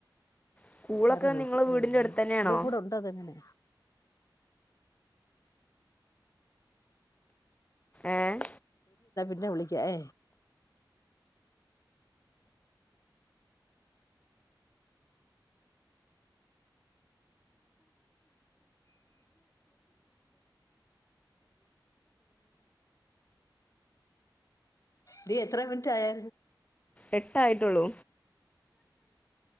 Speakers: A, on the left; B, on the left.
A: സ്കൂളൊക്കെ
B: <unintelligible>
A: നിങ്ങളെ വീടിന്റെ അടുത്ത് തന്നെയാണോ
B: കൂടെ കൂടെ ഉണ്ടതങ്ങനെ.
A: ഏഹ്
B: പിനെ വിളിക്ക ഏ. ഡീ എത്ര മിനിറ്റ് ആയോ?
A: എട്ടായിട്ടോള്ളൂ.